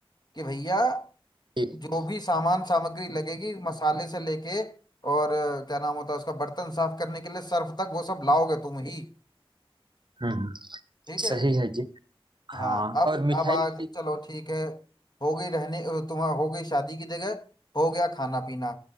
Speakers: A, on the left; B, on the right.
A: कि भैया
B: ठीक,
A: जो भी सामान सामग्री लगेगी मसाले से लेके और अ, क्या नाम होता है उसका बर्तन साफ करने के लिए सर्फ तक वो सब लाओगे तुम ही
B: हम्म, हम्म।
A: ठीक है
B: सही है जी
A: हाँ
B: हाँ
A: अब
B: और मिठाई
A: अब आज
B: भी-
A: चलो ठीक है हो गई रहने अ, तुम्हारा हो गई शादी की जगह हो गया खाना पीना